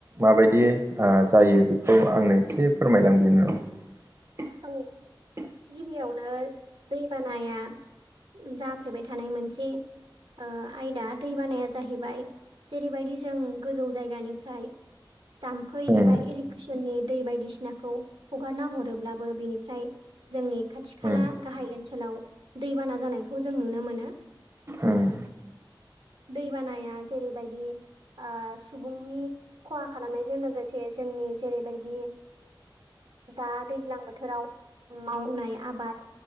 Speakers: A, on the right (about 35°); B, on the right (about 80°).
A: माबायदि आ जायो बेखौ आंनो एसे फोरमायलां बिनानाव। <inaudible>
B: औ गिबियावनो दैबानाया जाफ्लेबाय थानाय मोनसे ओ आयदा दै बानाया जाहैबाय जेरैबायदि जों गोजौ जायगानिफ्राय जाम्फै
A: उम
B: एबा इरिगेसननि दै बायदिसिनाखौ हगारना हरोब्ला बेनिफ्राय जोंनि खाथि खाला
A: उम
B: गाहाय ओनसोलाव दैबाना जानायखौ जों नुनो मोनो।
A: ओं।
B: दै बानाया जेरैबायदि आ सुबुंनि खहा खालामनायजों लोगोसे जोंनि जेरैबायदि दा दैज्लां बोथोराव मावनाय आबाद